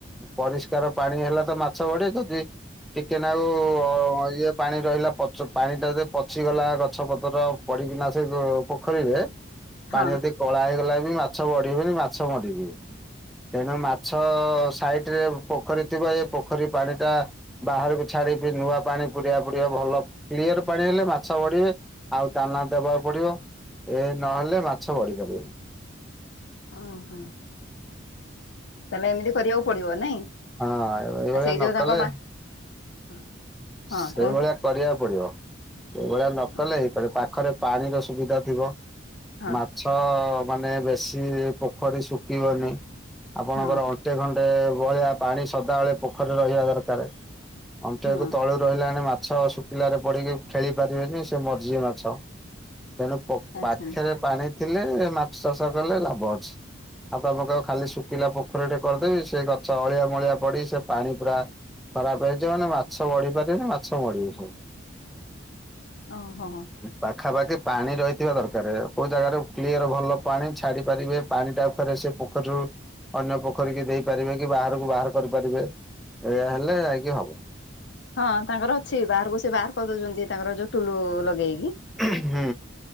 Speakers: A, in the centre; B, on the left (about 60°).
A: ପରିଷ୍କାର ପାଣି ହେଲା ତ ମାଛ ବଢ଼େ ଯଦି ଟିକେ ନାକୁ ଇଏ ପାଣି ରହିଲା ପଛ ପାଣି ଟା ଯଦି ପଛ ପଚି ଗଲା ଗଛ ପତ୍ର ପଡିକିନା ସେ ପୋଖରୀରେ
B: ହଁ।
A: ପାଣି ଆଦି କଳା ହେଇଗଲା ବି ମାଛ ବଢ଼ୀବେନି ମାଛ ମରିବେ। ତେଣୁ ମାଛ ସାଇଟ ରେ ପୋଖରୀ ଥିବ ଏ ପୋଖରୀ ପାଣି ଟା ବାହାରକୁ ଛାଡିି ପି ନୂଆ ପାଣି ପୁରେଇବାକୁ ପଡିବ ଭଲ କ୍ଲିୟର ପାଣି ହେଲେ ମା ଛ ବଢିବେ ଆଉ ଦାନା ଦେବାକୁ ପଡିବ ଏ ନହେଲେ ମାଛ ବଢି ପାରିବେନି।
B: ଅଁ ହଁ। ତାହେଲେ ଏମିତି କରିବାକୁ ପଡିବ ନାଇଁ?
A: ହଁ ଏଇଭଳିଆ
B: ସେଇ ଯୋଉ
A: ନକଲେ
B: ତାଙ୍କ ମା ହଁ ହଁ
A: ସେଇଭଳିଆ
B: କୁହନ୍ତୁ
A: କରିବାକୁ ପଡିବ ସେଇଭଳିଆ ନକଲେ
B: ହଁ
A: ହେଇପାରି ପାଖରେ ପାଣିର ସୁବିଧା ଥିବ
B: ହଁ
A: ମାଛ। ତ ମାନେ ବେଶୀ ପୋଖରୀ ଶୁଖିବନି ଆପଣଙ୍କର
B: ହଁ
A: ଅ ଗୋଟେ ଖଣ୍ଡେ ବହଳିଆ ପାଣି ସଦାବେଳେ ପୋଖରୀ ରେ ରହିବା ଦରକାର ଅଣ୍ଟେ
B: ହଁ
A: ଳୁ ରହିଲାଣି ମାଛ ଶୁଖିଲାରେ ପଡିକି ଖେଳି ପାରିବେନି ସେ ମରିଯିବେ ମାଛ। ତେଣୁ ପୋ
B: ଆଚ୍ଛା
A: ପାଖରେ ପାଣି ଥିଲେ ମାଛ ଚାଷ କଲେ ଲାଭ ଅଛି। ଆଉ ତମେ କହିବ ଖାଲି ଶୁଖିଲା ପୋଖରୀ ଟେ କରିଦେବି ସେ ଗଛ ଅଳିଆ ମଳିଆ ପଡି ସେ ପାଣି ପୁରା ଖରାପ ହେଇଥିବ ମାନେ ମାଛ ବଢିପାରିବେନି ମାଛ ମରିବେ ସବୁ।
B: ଓହୋ ହୋ।
A: ପାଖାପାଖି ପାଣି ରହିଥିବା ଦରକାରେ କୋଉ ଜାଗାରେ କ୍ଲିୟର ଭଲ ପାଣି ଛାଡି ପାରିବେ ପାଣି ଟା ଆଉ ଥରେ ସେ। ପୋଖରୀରୁ ଅନ୍ୟ ପୋଖରୀ କି ଦେଇ ପାରିବେ କି ବାହାରକୁ ବାହାର କରିପାରିବେ। ଏଇଆ ହେଲେ ଯାଇକି ହବ।
B: ହଁ ତାଙ୍କର ଅଛି ବାହାରକୁ ସେ ବାହାର କରିଦଉଛନ୍ତି ତାଙ୍କର ଯୋଉ ଟୁଲୁ ଲଗେଇକି।
A: ହୁଁ।